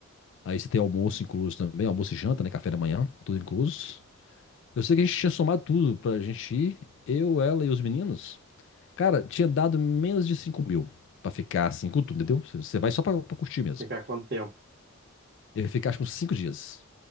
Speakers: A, on the left; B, on the right.
A: Aí você tem almoço incluso também, almoço e janta, né? Café da manhã, tudo incluso. Eu sei que a gente tinha somado tudo pra gente ir, eu, ela e os meninos. Cara, tinha dado menos de 5 mil pra ficar assim com tudo, entendeu? Você- Você vai só pra, pra curtir mesmo.
B: Ficar quanto tempo?
A: Eu ia ficar acho que uns 5 dias.